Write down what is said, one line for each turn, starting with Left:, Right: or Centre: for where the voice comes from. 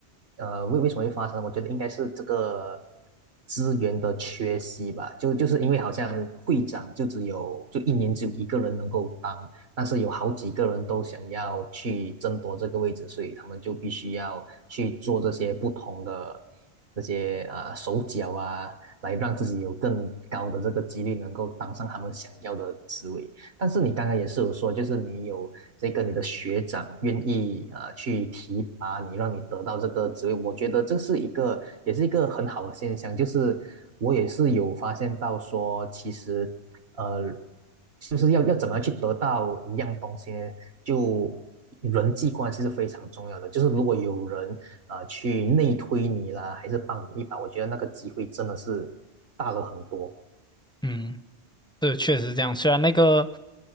Right: 呃，为为什么会发生呢我觉得应该是这个资源的缺席吧，就就是因为好像会长就只有就一年只有一个人能够当，但是有好几个人都想要去争夺这个位置，所以他们就必须要去做这些不同的这些呃手脚啊。来让自己有更高的这个几率能够当上他们想要的职位。但是你刚刚也是有说，就是你有这个你的学长愿意啊去提拔你，让你得到这个职位，我觉得这是一个也是一个很好的现象。就是我也是有发现到说，其实呃，就是要要怎么样去得到一样东西呢，就人际关系是非常重要的。就是如果有人啊去内推你啦，还是帮你一把，我觉得那个机会真的是大了很多。
Centre: 嗯，对，确实是这样。虽然那个